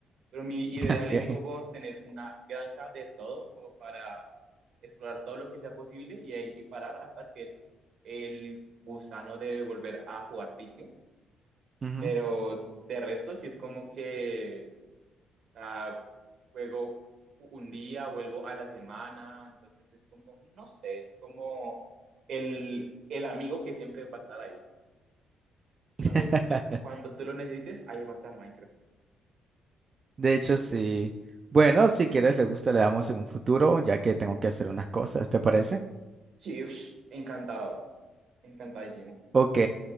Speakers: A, on the right; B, on the right.
A: Pero mi ideal
B: <laughs> ok,
A: es como tener una granja de todo, como para explorar todo lo que sea posible y ahí sí parar hasta que el gusano de volver a jugar pique
B: ujú.
A: pero de resto, sí es como que ah, juego un día, vuelvo a la semana, entonces es como, no sé, es como el, el amigo que siempre va a estar ahí. Cuando,
B: <laughs>
A: cuando tú lo necesites, ahí va a estar Minecraft.
B: De hecho, sí. Bueno, si quieres, le gusta, le damos en un futuro, ya que tengo que hacer unas cosas, ¿te parece?
A: Sí, ush, encantado, encantadísimo.
B: Ok,